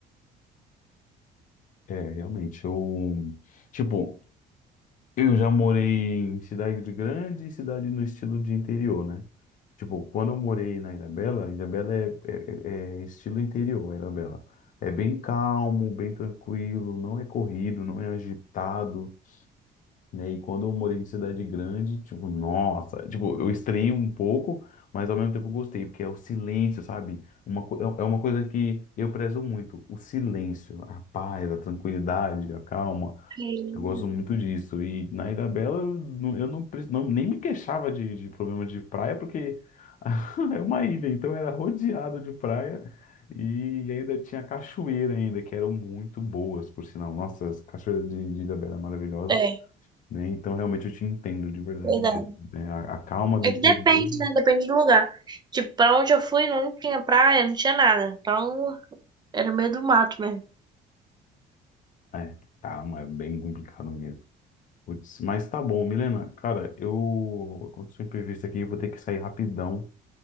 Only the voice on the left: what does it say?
é, realmente. Eu. Tipo, eu já morei em cidade grande e cidade no estilo de interior, né? Tipo, quando eu morei na Ilhabela, Ilhabela é, é, é é estilo interior, a Ilhabela. É bem calmo, bem tranquilo, não é corrido, não é agitado. né? E quando eu morei em cidade grande, tipo, nossa, tipo, eu estranhei um pouco, mas ao mesmo tempo eu gostei, porque é o silêncio, sabe? Uma, co- é é uma coisa que eu prezo muito, o silêncio, a paz, a tranquilidade, a calma.
Eu gosto muito disso. E na Ilha Bela eu não, eu não pre- não- nem me queixava de, de problema de praia, porque <laughs> é uma ilha, então era rodeado de praia. E ainda tinha cachoeira ainda, que eram muito boas, por sinal. Nossa, as cachoeiras de, de Ilhabela eram maravilhosas
né? Então, realmente, eu te entendo de verdade
mesmo, né? A, a calma do
interior.
É, calma, é bem complicado mesmo. Putz, mas tá bom, Milena. Cara, eu. Aconteceu um imprevisto aqui, eu vou ter que sair rapidão.